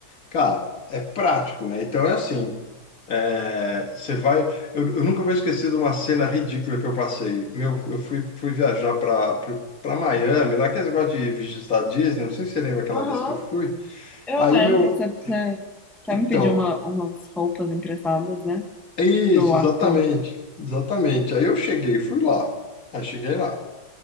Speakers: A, on the left; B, in the centre.
A: cara, é prático, né? Então é assim, é, você vai. Eu, eu nunca vou esquecer de uma cena ridícula que eu passei. Meu, eu fui, fui viajar para para Miami, lá que é esse negócio de visitar Disney, não sei se você lembra aquela
B: Aham,
A: vez que eu fui.
B: Eu
A: Aí,
B: lembro,
A: meu,
B: você, você até
A: então,
B: me pediu uma, umas roupas emprestadas, né?
A: é isso,
B: Pro Arthur.
A: exatamente, exatamente. Aí eu cheguei, fui lá. Aí cheguei lá.